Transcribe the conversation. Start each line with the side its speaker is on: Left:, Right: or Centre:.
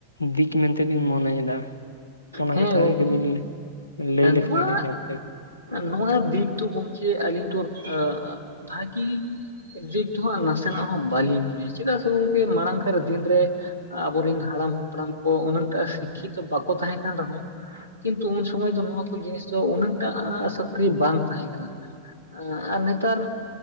Left: ᱫᱤᱠ ᱢᱮᱱᱛᱮ ᱵᱤᱱ ᱢᱚᱱᱮᱭᱮᱫᱟ ᱚᱱᱟ
Right: ᱦᱮᱸ
Left: <unintelligible> ᱞᱟ.
Right: ᱜᱚᱝᱠᱮ
Left: ᱭ ᱞᱮᱠᱷᱟᱱ
Right: ᱱᱚᱣᱟ
Left: ᱟᱹᱰᱤ ᱱᱟᱯᱟᱭ ᱠᱚ ᱾
Right: ᱱᱚᱣᱟ ᱫᱤᱠ ᱫᱚ ᱜᱚᱢᱠᱮ ᱟᱹᱞᱤᱧ ᱫᱚ ᱵᱷᱟᱹᱜᱤ ᱫᱤᱠ ᱫᱚ ᱦᱟᱸᱜ ᱱᱟᱥᱮᱱᱟᱜ ᱦᱚᱸ ᱵᱟᱹᱞᱤᱧ ᱢᱚᱱᱮᱭᱟ ᱪᱮᱫᱟᱜ ᱥᱮ ᱜᱚᱝᱠᱮ ᱢᱟᱲᱟᱝ ᱠᱟᱨ ᱫᱤᱱ ᱨᱮ ᱟᱵᱚᱨᱮᱱ ᱦᱟᱲᱟᱢ ᱦᱟᱯᱲᱟᱢ ᱠᱚ ᱩᱱᱟᱝᱴᱟᱜ ᱥᱤᱠᱠᱷᱤᱛᱚ ᱵᱟᱠᱚ ᱛᱟᱦᱮᱸ ᱠᱟᱱ ᱨᱮᱦᱚᱸ ᱠᱤᱱᱛᱩ ᱩᱱ ᱥᱚᱢᱚᱭ ᱫᱚ ᱱᱚᱣᱟ ᱠᱚ ᱡᱤᱱᱤᱥ ᱫᱚ ᱩᱱᱟᱹᱜᱴᱟᱜ ᱥᱟᱠᱨᱤᱭ ᱵᱟᱝ ᱛᱟᱦᱮᱸ ᱠᱟᱱᱟ ᱾ ᱟᱨ ᱱᱮᱛᱟᱨ